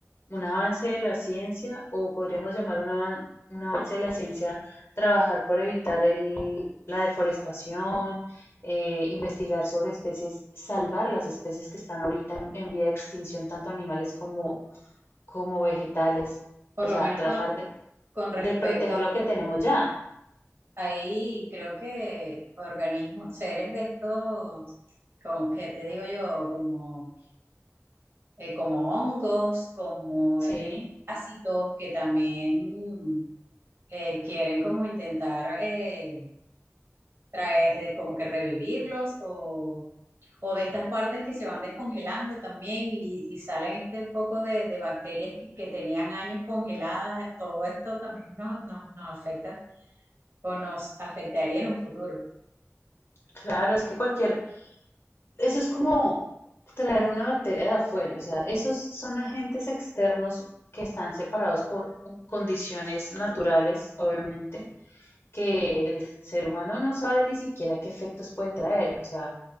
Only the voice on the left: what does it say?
un avance de la ciencia o podríamos llamar un, avan- un avance de la ciencia trabajar por evitar el- la deforestación, eh, investigar sobre especies, salvar las especies que están ahorita en, en vía de extinción, tanto animales como, como vegetales?
O
sea,
tratar
de,
de proteger lo que tenemos ya,
¿sí?
Claro, es que cualquier, eso es como traer una bacteria de afuera, o sea, esos son agentes externos que están separados por condiciones naturales, obviamente, que el ser humano no sabe ni siquiera qué efectos puede traer, o sea,